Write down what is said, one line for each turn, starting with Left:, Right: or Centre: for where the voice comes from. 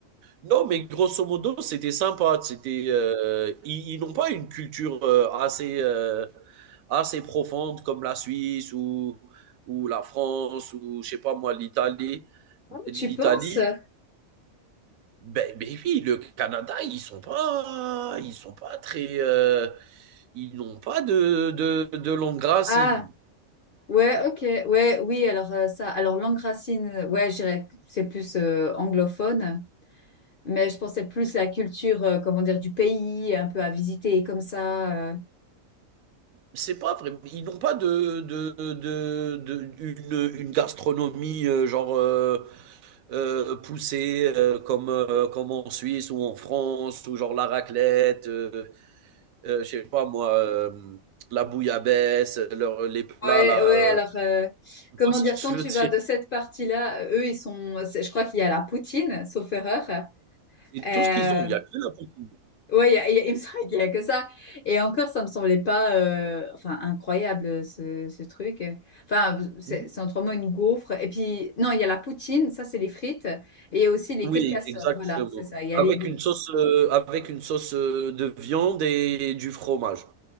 Right: non, mais grosso modo, c'était sympa. C'était, euh, ils, ils n'ont pas une culture euh, assez, euh, assez profonde comme la Suisse ou, ou la France ou, je sais pas moi, l'Italie.
Left: Oh,
Right: L'Italie,
Left: tu penses?
Right: ben, ben oui, le Canada, ils sont pas, ils sont pas très, euh, ils n'ont pas de, de, de longues racines.
Left: Ah, ouais, ok. Ouais, oui, alors euh, ça. Alors, langue racine, euh, ouais, je dirais que c'est plus euh, anglophone, mais je pensais plus la culture, euh, comment dire, du pays, un peu à visiter comme ça. euh.
Right: C'est pas vrai. Ils n'ont pas de, de, de, de- une, une gastronomie euh, genre euh, euh, poussé euh, comme, euh, comme en Suisse ou en France, ou genre la raclette, euh, euh, je sais pas moi, euh, la bouillabaisse, leur- les plats
Left: Ouais,
Right: là.
Left: ouais,
Right: euh,
Left: alors, euh,
Right: tu
Left: comment
Right: vois ce
Left: dire,
Right: que je
Left: quand tu
Right: veux dire?
Left: vas de cette partie-là, euh, eux, ils sont, c'est- je crois qu'il y a la poutine, sauf erreur.
Right: C'est
Left: Euh,
Right: tout ce qu'ils ont, il n'y a que la poutine.
Left: Ouais, il y a- il y a- il me semble qu'il y a que ça. Et encore, ça me semblait pas, euh, enfin, incroyable ce, ce truc. Enfin, c'est
Right: Mhm.
Left: c'est en trois mots une gaufre. Et puis, non, il y a la poutine, ça c'est les frites, et il y a aussi les
Right: Oui,
Left: queues de castor.
Right: exactement.
Left: Voilà, c'est ça. Il y a
Right: Avec
Left: les deux.
Right: une sauce, euh, avec une sauce euh, de viande et du fromage.